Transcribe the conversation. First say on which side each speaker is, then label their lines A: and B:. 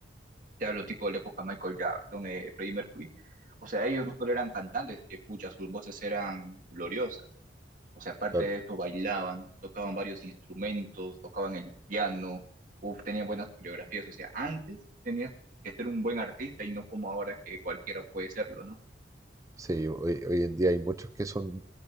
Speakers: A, on the right; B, on the right.
A: te hablo tipo de la época Michael Jackson, eh, Freddie Mercury, o sea, ellos no solo eran cantantes, que pucha, sus voces eran gloriosas o sea, aparte
B: claro.
A: de eso, bailaban, tocaban varios instrumentos, tocaban el piano, uf, tenían buenas coreografías. O sea, antes tenías que ser un buen artista y no como ahora que cualquiera puede serlo, ¿no?
B: Sí, hoy, hoy en día hay muchos que son,